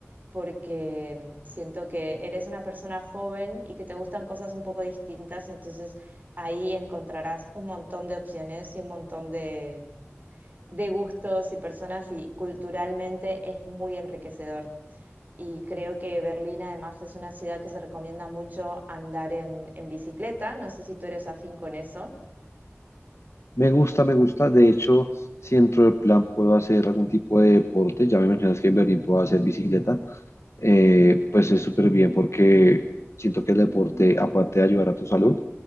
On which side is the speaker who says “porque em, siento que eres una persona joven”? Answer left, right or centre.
Right